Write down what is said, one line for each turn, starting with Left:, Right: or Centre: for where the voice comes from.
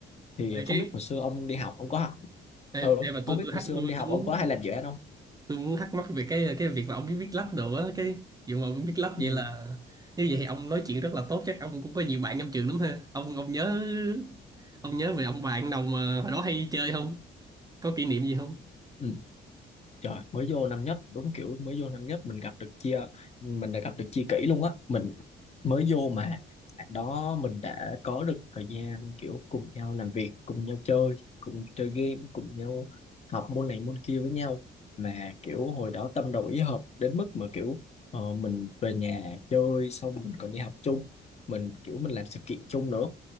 Left: thì
Right: Vậy
Left: không
Right: cái
Left: biết hồi xưa ông đi học ông có học
Right: em,
Left: ừ
Right: em mà
Left: không
Right: tôi
Left: biết
Right: tôi
Left: hồi
Right: thắc
Left: xưa
Right: tôi,
Left: ông đi học
Right: tôi muốn
Left: ông có hay
Right: tôi,
Left: làm dự án không
Right: tôi muốn thắc mắc về cái cái việc là ông biết viết lách đồ á cái dù mà ông biết lách
Left: ừ.
Right: vậy là nếu vậy thì ông nói chuyện rất là tốt chắc ông cũng có nhiều bạn trong trường lắm ha ông ông nhớ ông nhớ về ông bạn nào mà hồi đó hay chơi không có kỷ niệm gì không
Left: ừ. Trời, mới vô năm nhất, đúng kiểu mới vô năm nhất mình gặp được chia, mình đã gặp được chia kỷ luôn á. Mình mới vô mà bạn đó mình đã có được thời gian kiểu cùng nhau làm việc, cùng nhau chơi, cùng chơi game, cùng nhau học môn này môn kia với nhau. Mà kiểu hồi đó tâm đầu ý hợp đến mức mà kiểu ờ, mình về nhà chơi xong mình còn đi học chung, mình kiểu mình làm sự kiện chung nữa.